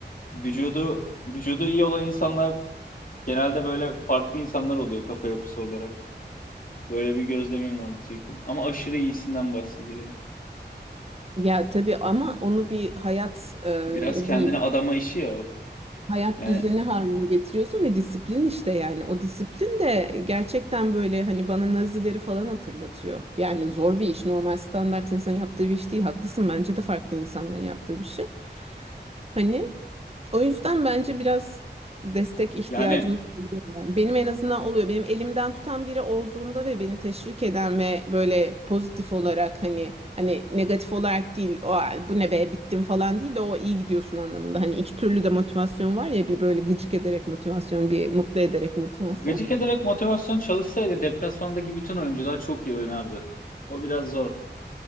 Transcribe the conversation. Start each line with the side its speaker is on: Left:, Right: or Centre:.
Left: vücudu vücudu iyi olan insanlar genelde böyle farklı insanlar oluyor kafa yapısı olarak. Böyle bir gözlemim var diyecektim. Ama aşırı iyisinden bahsediyorum.
Right: Ya tabii ama onu bir hayat e,
Left: Biraz
Right: ne
Left: kendini
Right: diyeyim
Left: adama işi ya o.
Right: hayat
Left: Yani
Right: düzeni haline getiriyorsun ve disiplin işte yani o disiplin de gerçekten böyle hani bana Nazileri falan hatırlatıyor. Yani zor bir iş normal standart insan yaptığı bir iş değil haklısın bence de farklı insanların yaptığı bir şey. Hani o yüzden bence biraz destek ihtiyacımız
Left: yani
Right: oluyor yani. Benim en azından oluyor. Benim elimden tutan biri olduğunda ve beni teşvik eden ve böyle pozitif olarak hani hani negatif olarak değil o bu ne be bittim falan değil de o iyi gidiyorsun anlamında. Hani iki türlü de motivasyon var ya bir böyle gıcık ederek motivasyon bir mutlu ederek motivasyon.
Left: Gıcık ederek motivasyon çalışsaydı deplasmandaki bütün oyuncular çok iyi oynardı. O biraz zor.